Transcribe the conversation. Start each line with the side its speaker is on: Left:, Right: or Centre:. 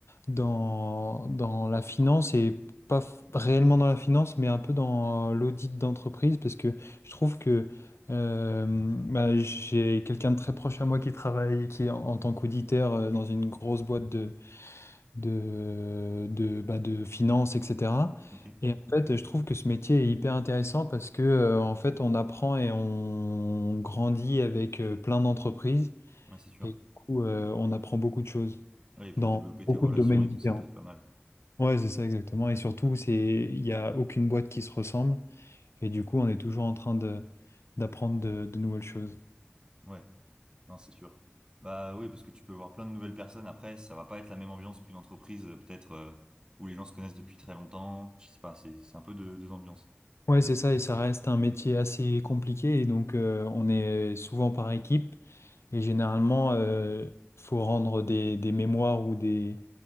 Left: dans, dans la finance et pas f- réellement dans la finance, mais un peu dans l'audit d'entreprise parce que je trouve que euh, bah, j'ai quelqu'un de très proche à moi qui travaille, qui est en, en tant qu'auditeur euh, dans une grosse boîte de de, de, bah, de finances, etc.
Right: ok, ouais,
Left: Et en fait, je trouve que ce métier est hyper intéressant parce que, euh, en fait, on apprend et on grandit avec euh, plein d'entreprises.
Right: c'est sûr.
Left: Et du coup, euh, on apprend beaucoup de choses
Right: Ouais, et pour
Left: dans
Right: développer
Left: beaucoup
Right: tes relations
Left: de domaines
Right: et
Left: différents.
Right: tout, ça peut être pas mal.
Left: Ouais, c'est ça exactement. Et surtout, c'est, il n'y a aucune boîte qui se ressemble. Et du coup, on est toujours en train de, d'apprendre de de nouvelles choses.
Right: Ouais. Non, c'est sûr. Bah oui, parce que tu peux voir plein de nouvelles personnes. Après, ça va pas être la même ambiance qu'une entreprise, euh, peut-être, euh, où les gens se connaissent depuis très longtemps. Je sais pas, c'est c'est un peu deux, deux ambiances.
Left: Ouais, c'est ça, et ça reste un métier assez compliqué, et donc euh, on est souvent par équipe, et généralement, euh, faut rendre des, des mémoires ou des,